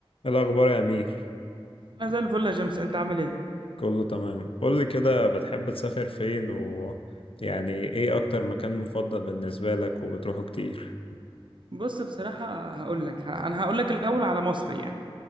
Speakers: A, on the left (about 70°); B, on the right (about 55°).
A: الأخبار يا أمير
B: انا زي الفل يا جيمس انت عامل ايه
A: كله تمام قولي كده بتحب تسافر فين و يعني إيه أكتر مكان مفضل بالنسبة لك وبتروحه كتير
B: بص بصراحه هقول لك ه- انا هقول لك الاول على مصر يعني